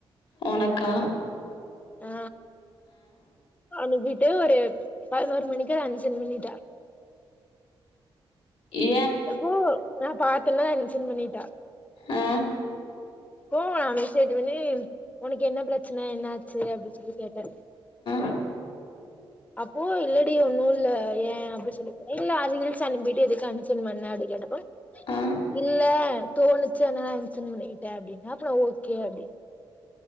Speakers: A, on the left; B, on the left.
A: ஒனக்கா?
B: ஆ அனுப்பி ட்டு ஒரு பதினோரு மணிக்கே அன்சென்ட் பண்ணிட்டா.
A: ஏ
B: அப்போ நா பாத் தன்னா அன்சென்ட் பண்ணிட்டா.
A: ஆ
B: ப்போ நா மெசேஜ் பண்ணி உனக்கு என்ன பிரச்சன என்ன ஆச்சு அப்டி சொல்லி கேட்டே.
A: ஆ
B: அப்போ இல்லடி ஒன்னு இல்ல ஏ அப்டி சொல்லிட்டு இல்ல ரீல்ஸ் அனுப்பிட்டு எதுக்கு அன்சென்ட் பண்ண அப்டி கேட்டே. அ
A: ஆ
B: இல்ல தோணு ச்சு அதனா அன்சென்ட் பண்ணிட் டே அப்டின்னா அப்றோ ஓகே அப்டின்